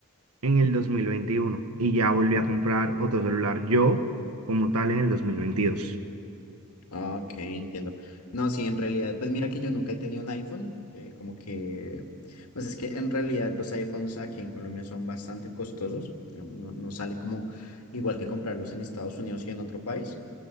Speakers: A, on the right (about 80°); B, on the left (about 85°).
A: en el 2021 y ya volví a comprar otro celular yo como tal en el dos mil veintidós
B: Ah, Ok, entiendo. No, sí, en realidad, pues mira que yo nunca he tenido un iPhone, eh, como que, pues es que en realidad los iPhones aquí en Colombia son bastante costosos, digamos, no, no sale como igual que comprarlos en Estados Unidos y en otro país,